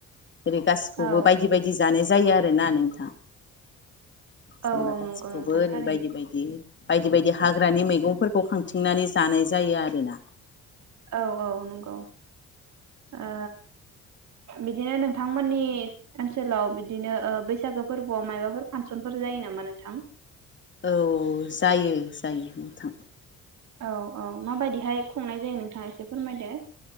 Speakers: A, on the left; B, on the right.
A: जेरै गासिखौबो
B: औ
A: बायदि बायदि जानाय जायो आरोना नोंथां
B: औ
A: जेनेबा गासिखौबो
B: नंगौ नोंथां
A: ओरै
B: थारैनो
A: बायदि बायदि बायदि बायदि हाग्रानि मैगंफोरखौ खांथिंनानै जानाय जायो आरोना
B: औ औ नंगौ ओ बिदिनो नोंथांमोननि ओनसोलाव बिदिनो ओ बैसागो फोरबोआव मायबाफोर फांसनफोर जायो नामा नोंथां।
A: औ जायो जायो नोंथां
B: औ औ माबायदिहाय खुंनाय जायो नोंथाङा एसे फोरमायदो।